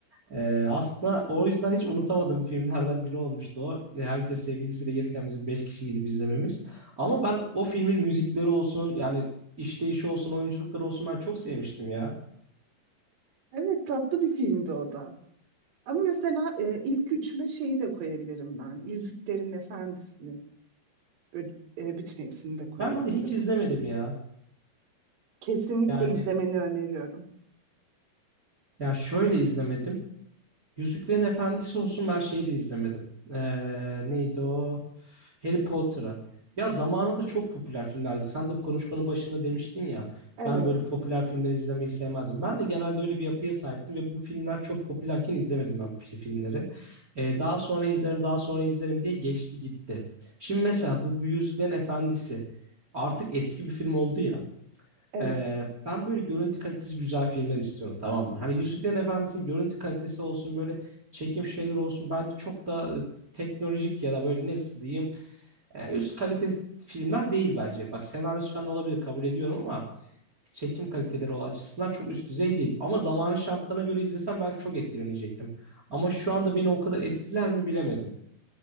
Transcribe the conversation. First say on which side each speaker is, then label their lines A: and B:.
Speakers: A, on the right; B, on the right.
A: E, aslında o yüzden hiç unutamadığım filmlerden biri olmuştu o. E, herkes sevgilisiyle gelirken bizim 5 kişi gidip izlememiz. Ama ben o filmin müzikleri olsun yani işleyişi olsun oyunculukları olsun ben çok sevmiştim ya.
B: Evet, tatlı bir filmdi o da. Ama mesela e, ilk üçüme şeyi de koyabilirim ben. Yüzüklerin Efendisi'ni. Böyle, e, bütün hepsini de koyabilirim.
A: Ben onu hiç izlemedim ya.
B: Kesinlikle
A: Yani
B: izlemeni öneriyorum.
A: ya şöyle izlemedim. Yüzüklerin Efendisi olsun ben şeyi de izlemedim. Ee, neydi o? Harry Potter'ı. Ya zamanında çok popüler filmlerdi. Sen de konuşmanın başında demiştin ya.
B: Evet,
A: Ben böyle popüler filmleri izlemeyi sevmezdim. Ben de genelde öyle bir yapıya sahiptim ve bu filmler çok popülerken izlemedim ben bu fi- filmleri. Ee, daha sonra izlerim, daha sonra izlerim diye geçti gitti. Şimdi mesela bu Yüzüklerin Efendisi artık eski bir film oldu ya.
B: evet.
A: Ee, ben böyle görüntü kalitesi güzel filmler istiyorum tamam mı? Hani Yüzüklerin Efendisi'nin görüntü kalitesi olsun böyle çekim şeyler olsun. Bence çok da e, teknolojik ya da böyle nasıl diyeyim e, üst kalite filmler değil bence. Bak senaryosu falan olabilir kabul ediyorum ama çekim kaliteleri o açısından çok üst düzey değil. Ama zamanın şartlarına göre izlesem belki çok etkilenecektim. Ama şu anda beni o kadar etkiler mi bilemedim.